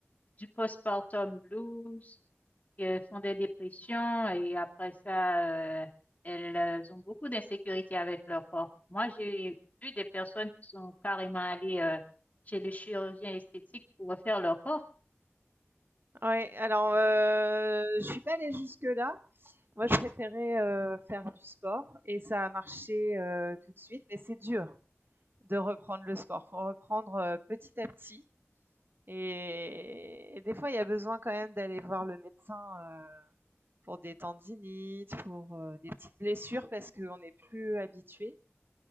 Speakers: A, on the left (about 35°); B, on the right (about 50°).
A: du postpartum blues, euh, font des dépressions et après ça, euh, elles euh, ont beaucoup d'insécurité avec leur corps. Moi, j'ai vu des personnes qui sont carrément allées euh, chez le chirurgien esthétique pour refaire leur corps.
B: Ouais, alors euh, je suis pas allée jusque-là. Moi, je préférais euh, faire du sport et ça a marché euh, tout de suite, mais c'est dur de reprendre le sport. Faut reprendre euh, petit à petit Et, et des fois, il y a besoin quand même d'aller voir le médecin euh, pour des tendinites, pour euh, des petites blessures, parce qu'on n'est plus habitué.